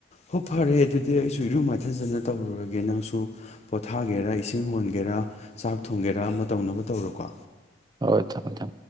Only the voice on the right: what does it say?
ꯍꯣꯏ ꯊꯝꯃꯣ ꯊꯝ